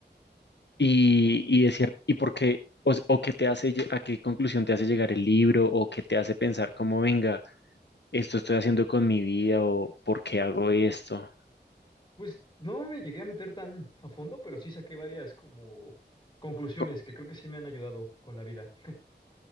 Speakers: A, on the left; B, on the left.
A: Y, y es cier- ¿y por qué, o, s- o qué te hace, lle- a qué conclusión te hace llegar el libro o qué te hace pensar como, venga, esto estoy haciendo con mi vida o por qué hago esto?
B: Pues no me llegué a meter tan a fondo, pero sí saqué varias como conclusiones
A: Co-
B: que creo que sí me han ayudado con la vida.